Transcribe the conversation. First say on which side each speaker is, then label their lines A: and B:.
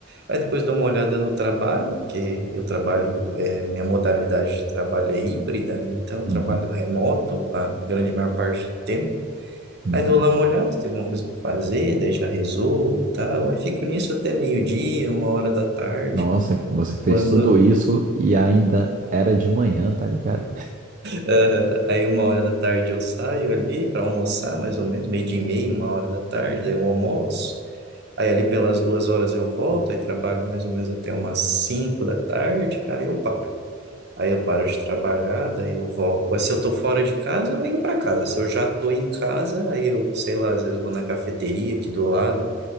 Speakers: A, on the right (about 55°); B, on the right (about 40°).
A: Aí depois dou uma olhada no trabalho, que eu trabalho, eh, minha modalidade de trabalho é híbrida, né? Então eu
B: uhum,
A: trabalho remoto a grande maior parte do tempo.
B: uhum.
A: Aí dou lá uma olhada, se tem alguma coisa para fazer, daí já resolvo e tal. Aí fico nisso até meio-dia, uma hora da tarde.
B: Nossa, você fez
A: Quando
B: tudo isso e ainda era de manhã, tá ligado?
A: Aham. Aí uma hora da tarde eu saio ali para almoçar, mais ou menos, meio dia e meia, uma hora da tarde, daí eu almoço. Aí ali pelas duas horas eu volto, aí trabalho mais ou menos até umas cinco da tarde, aí eu paro. Aí eu paro de trabalhar, daí eu volto. Ou Se eu tô fora de casa, eu venho para casa. Se eu já tô em casa, aí eu, sei lá, às vezes vou na cafeteria aqui do lado